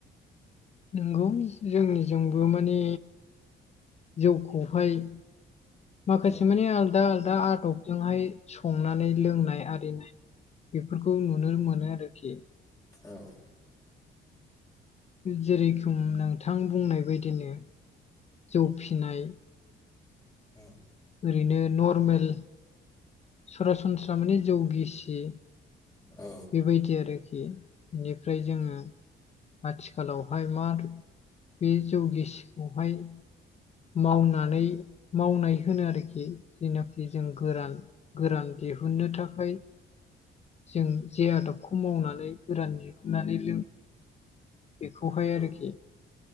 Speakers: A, on the left; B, on the left.
A: नोंगौ जोंनिजोंबो माने जौखौहाय माखासे
B: औ
A: मानिे आलदा आलदा आट' जोंहाय संनानै लोंनाय आरिनाय बेफोरखौ नुनो मोनो आरोखि
B: औ
A: जेरैखम नोंथां बुंनाय बायदिनो। जौ फिसिनाय
B: हो
A: ओरैनो नरमेल सरासनस्रा माने जौगिसि
B: औ
A: बेबायदि आरोखि बेनिफ्राय जोङो आथिखालावहाय मा बे जौ गिसिखौहाय मावनानै मावनाय होनो आरोखि जेनाखि जों गोरान गोरान दिहुननो थाखाय जों जे आदबखौ मावनानै गोरान दिहुननानै लों बेखौहाय आरोखि
B: औ